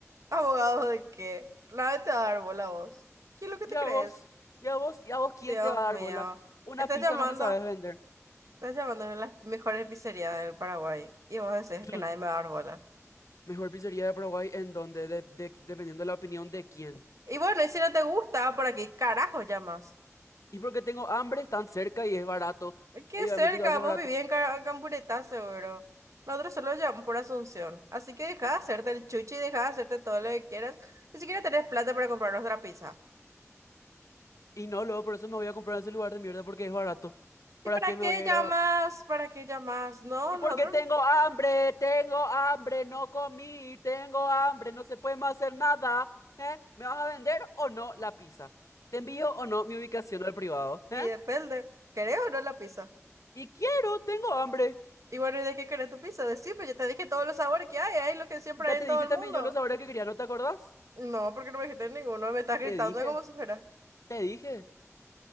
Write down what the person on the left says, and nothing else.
Ya
vos, ya vos, ya vos, ¿quién
te va a
dar bola? Una
pizza
no me sabes vender.
<clears throat>
Mejor pizzería de Paraguay, ¿en donde dependiendo de la opinión de quién.
Y porque tengo hambre, están cerca y es barato.
Obviamente
que va a ser
barato.
Y no, luego por eso me voy a comprar en ese lugar de mierda porque es barato.
¿Para
qué me
voy a
ir a...?
Y porque
tengo hambre, tengo hambre, no comí, tengo hambre, no se puede más hacer nada. ¿Eh? ¿Me vas a vender o no la pizza? ¿Te envío o no mi ubicación al privado? ¿Eh?
Y quiero, tengo hambre.
Ya
te
dije
también
yo los sabores que quería, ¿no te acordás?
Te dije,
te dije.